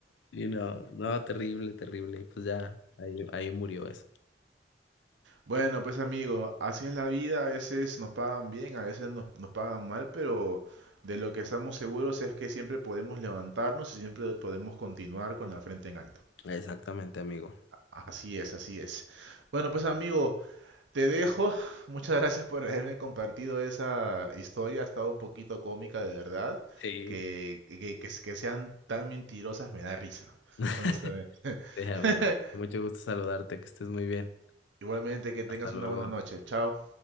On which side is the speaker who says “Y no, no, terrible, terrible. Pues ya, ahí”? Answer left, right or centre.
Left